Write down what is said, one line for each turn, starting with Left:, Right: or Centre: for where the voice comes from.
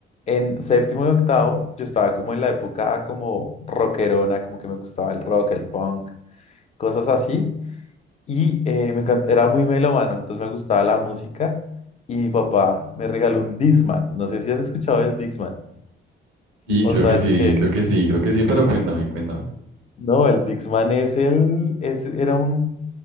Left: en séptimo y octavo yo estaba como en la época como rockerona, como que me gustaba el rock, el punk, cosas así. Y eh, me encanta, era muy melómano, entonces me gustaba la música. Y mi papá me regaló un Discman. No sé si has escuchado el Discman
Right: Y
Left: o
Right: creo
Left: sabes
Right: que sí,
Left: qué es.
Right: creo que sí, creo que sí, pero cuéntame, cuéntame.
Left: No, el Discman es el, es, era un,